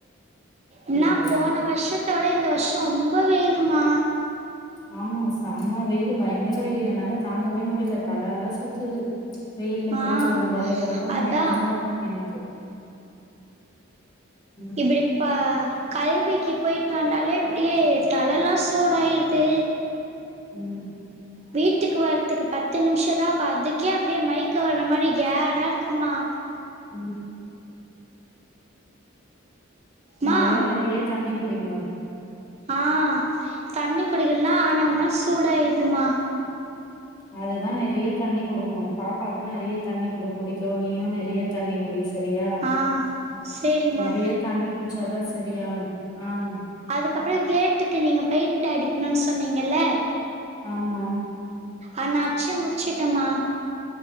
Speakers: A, on the right; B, on the left.
A: இன்னா
B: காலத்துல
A: போன வர்ஷத்த விட இந்த வர்ஷோ ரொம்ப வெ யில்மா
B: ஆமா செம்ம வெயிலு பயங்கர வெயிலு என்னால தாங்கவே முடியல தல எல்லா சுத்துது. வெயில்ல போயிட்டு
A: ஆ
B: வந்தாலே ரொம்ப
A: அதா
B: மயக்கமா வருது எனக்கு. ம்
A: இப்டிப்ப கல்வி கிப் போயிட்டு வந்தாலே இப்டியே தலல்லா சூடாயிருது
B: ம்
A: வீட்டுக்கு வர்துக்கு பத்து நிம்ஷோதா அதுக்கே அப்டியே மைக்கோ வர்ற மாரி கேரா இருக்குமா
B: ம்
A: மா
B: நல்லா நெறைய தண்ணி குடிங்க
A: ஆ தண்ணி குடிகள்னா ஆனாவூனா சூடாயிருதுமா
B: அதுதா நெறைய தண்ணி குடிக்கணு பாப்பாக்கு நெறைய தண்ணி குடு குடிக்க நீயு நெறைய தண்ணி குடிஸ் செரியா
A: ஆ சேரிங்மா
B: நெறைய தண்ணி குச்சாதா செரியாகு ஆம்
A: அதுக்கப்புறோ கேட்டுக்கு நீங்க பெயின்ட் அடிக்கணுன் சொன்னீங்கல்ல
B: ஆமா
A: ஆனா அச்சு முடுச்சிட்டம்மா